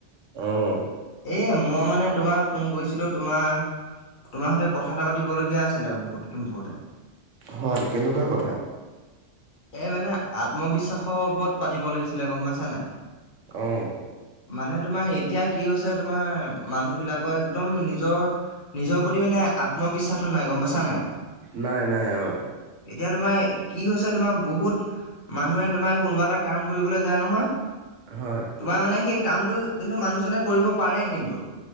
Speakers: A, on the right; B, on the left.
A: অ',
B: এ মই মানে তোমাৰ ফোন কৰিছিলো তোমাৰ তোমাৰ সতে কথা এটা পাতিবলগীয়া আছিলে বহুত ইম্পৰ্টেণ্ট।
A: হয় কেনেকুৱা কথা
B: এই মানে আত্মবিশ্বাসৰ ওপৰত পাতিব লাগিছিলে গম পাইছ নে
A: অ'
B: মানে তোমাৰ এতিয়া কি হৈছে তোমাৰ মানুহ বিলাকৰ একদম নিজৰ নিজৰ প্ৰতি মানে আত্মবিশ্বাসটো নাই গম পাইছা নাই
A: নাই নাই অ
B: এতিয়া তোমাৰ কি হৈছে তোমাৰ বহুত মানুহে তোমাৰ কোনোবা এটা কাম কৰিবলৈ যায় নহয়
A: হয়
B: তোমাৰ মানে সেই কামটো কিন্তু মানুহজনে কৰিব পাৰে কিন্তু